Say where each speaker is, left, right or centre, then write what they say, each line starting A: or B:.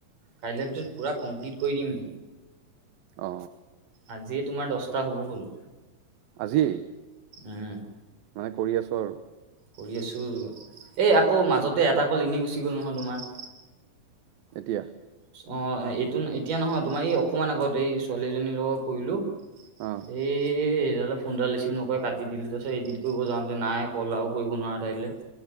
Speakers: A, on the right; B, on the right.
A: কাইলৈৰ ভিতৰত পুৰা কমপ্লিট কৰি দিম।
B: অ
A: আজিয়ে তোমাৰ দছটা হ'ব হ'ল।
B: আজিয়েই
A: উম।
B: মানে কৰি আছ আৰু।
A: কৰি আছোঁ। এই আকৌ মাজতে এটা কল এনেই গুচি গ'ল নহয় তোমাৰ।
B: কেতিয়া?
A: অ' এ, এইটো এতিয়া নহয়, তোমাৰ এই অকমান আগত এই ছোৱালীজনীৰ লগত কৰিলোঁ।
B: অ'।
A: এ সেইডালে ফোনডাল ৰিচিভ নকৰি কাটি দিলে, তাৰপিছত এডিট কৰিব যাওঁতে নাই কল আৰু কৰিব নোৱাৰা তাইলৈ।